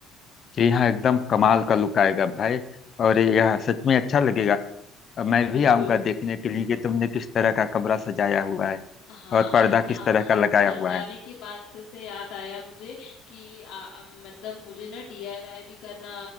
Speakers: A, on the left (about 35°); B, on the left (about 70°).
A: जी हाँ एकदम कमाल का लुक आएगा भाई और यह सच में अच्छा लगेगा मैं भी
B: बिल्कुल
A: आऊंगा देखने के लिए कि तुमने किस तरह का कमरा सजाया हुआ है
B: हाँ
A: और पर्दा
B: अच्छा
A: किस तरह का लगाया
B: सर
A: हुआ
B: जाने
A: है
B: की बात से याद आया मुझे कि आ, आ, मतलब मुझे ना डीआईवाई भी करना